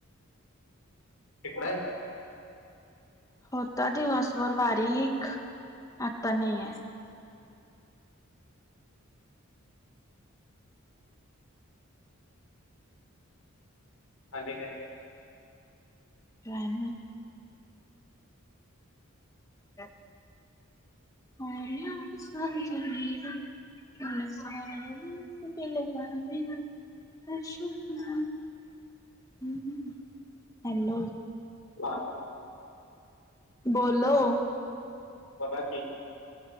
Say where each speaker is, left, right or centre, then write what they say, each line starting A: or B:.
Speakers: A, on the left; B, on the left.
A: तिकड हाय?
B: होता दिवसभर बारीक आता नाही आहे.
A: आणि काय?
B: काय नाही. <inaudible> उम्या स्वर्ग मेरा. पास आओ दिल लगा लेना. कशी तू? <inaudible> हॅलो.
A: <unintelligible>
B: बोलो.
A: बोला की.